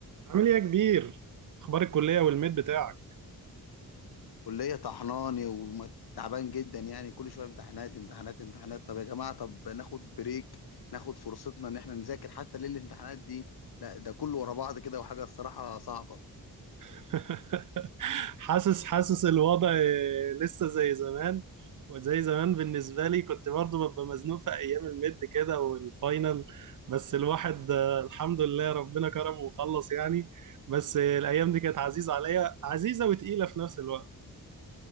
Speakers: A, on the right; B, on the left.
A: عامل ايه يا كبير اخبار الكليه والميد بتاعك
B: كلية طحناني وتعبان جدا يعني كل شوية امتحانات امتحانات امتحانات طب يا جماعة طب ناخد بريك ناخد فرصتنا ان احنا نذاكر حتى ليل الامتحانات دي لا ده كله ورا بعض كده وحاجة الصراحة صعبة
A: <laughs> حاسس حاسس الوضع لسه زي زمان وزي زمان بالنسبه لي كنت برضو ببقى مزنوق في ايام الميد كده والفاينل بس الواحد آه، الحمد لله ربنا كرمه وخلص يعني بس الايام دي كانت عزيزه عليا عزيزه وتقيله في نفس الوقت